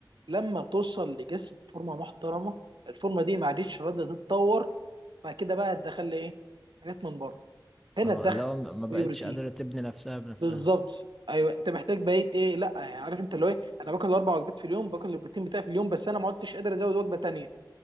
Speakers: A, on the right; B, in the centre.
A: لما توصل لجسم فورمه محترمه الفورمه دي ما عادتش راضيه تتطور بعد كده بقى هتدخل لي ايه حاجات من بره هنا
B: اه
A: تدخل
B: لو م- ما بقتش
A: واي بروتين
B: قادره تبني نفسها بنفسها
A: بالظبط ايوه انت محتاج بقيت ايه إيه، لا يعني عارف انت اللي هو ايه انا باكل اربع وجبات في اليوم باكل البروتين بتاعي في اليوم بس انا ما عدتش قادر ازود وجبه تانيه